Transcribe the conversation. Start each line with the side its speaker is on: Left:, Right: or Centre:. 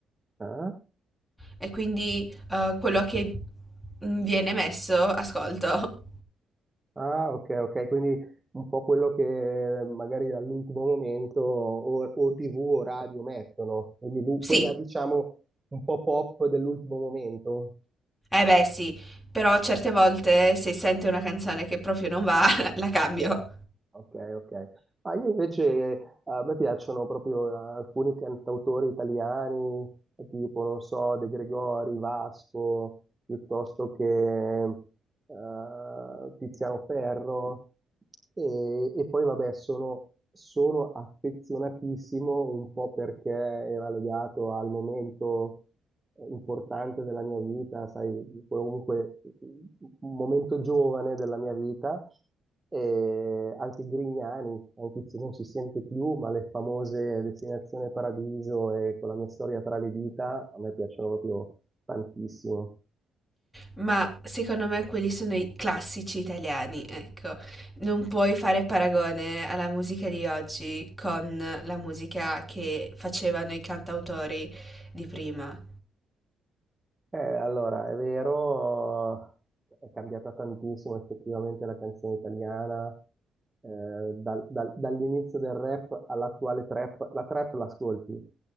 Right: Ah,
Centre: e quindi eh, quello che mm, viene messo ascolto. <laughs>
Right: ah, ok, ok, quindi un po' quello che eh, magari all'ultimo momento o, o TV o radio mettono, quindi lu-
Centre: Sì,
Right: quella diciamo un po' pop dell'ultimo momento.
Centre: eh beh sì, però certe volte se sento una canzone che proprio non va, <laughs> la cambio.
Right: Ok, ok. Ma io invece, eh, a me piacciono proprio eh, alcuni cantautori italiani, tipo, non so, De Gregori, Vasco, piuttosto che eh, Tiziano Ferro. E, e poi, vabbè, sono, sono affezionatissimo un po' perché era legato al momento, importante della mia vita, sai, comunque un momento giovane della mia vita. E anche Grignani, anche se non si sente più, ma le famose Destinazione Paradiso e con la mia storia tra le dita a me piacciono proprio tantissimo.
Centre: Ma secondo me quelli sono i classici italiani, ecco. Non puoi fare paragone alla musica di oggi con la musica che facevano i cantautori di prima.
Right: Eh, allora, è vero, è cambiata tantissimo effettivamente la canzone italiana, eh, dal- dal- dall'inizio del rap all'attuale trap. La trap l'ascolti?